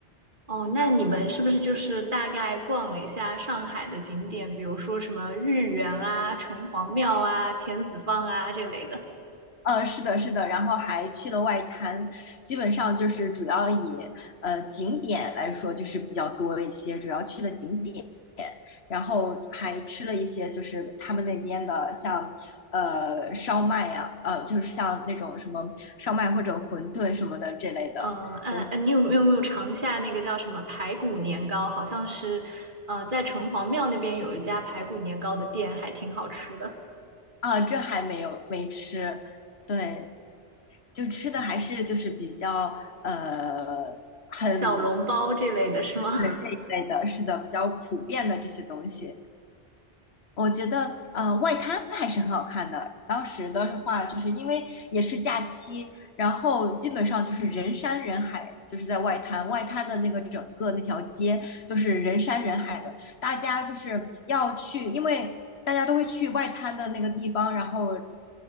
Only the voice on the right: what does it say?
哦，那你们是不是就是大概逛了一下上海的景点，比如说什么豫园啊、城隍庙啊、田子坊啊这类的？
嗯，哎、哎，你有没有没有尝一下那个叫什么排骨年糕？好像是，呃，在城隍庙那边有一家排骨年糕的店，还挺好吃的，
小笼包这类的是吗？
<laughs>